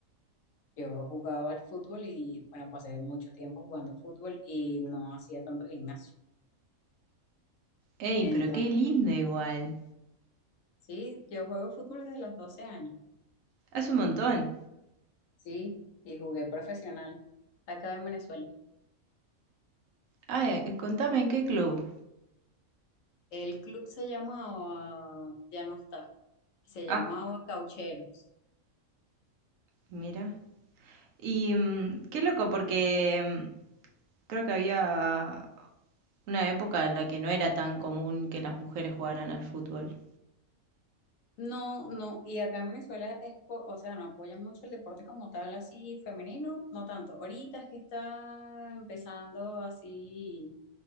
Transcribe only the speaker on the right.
Ey,
pero qué lindo igual.
Hace un montón.
Ah, eh, contame en qué club.
Ah,
mira. Y mm, qué loco, porque mm, creo que había una época en la que no era tan común que las mujeres jugaran al fútbol.